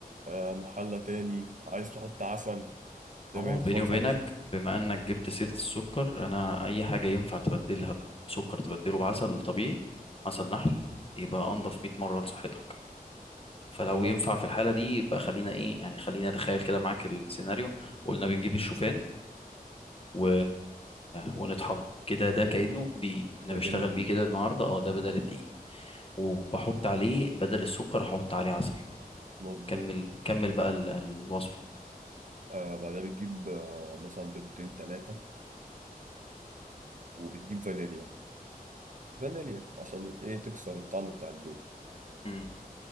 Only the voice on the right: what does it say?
آه محلى تاني عايز تحط عسل ده
بعيد
خالص
عن سكر
خلاص
ده
كأنه دقيق
مظبوط
آه بعدها بتجيب آه مثلا بيضتين تلاتة وبتجيب فانيليا فانيليا عشان ايه تكسر الطعم بتاع البيض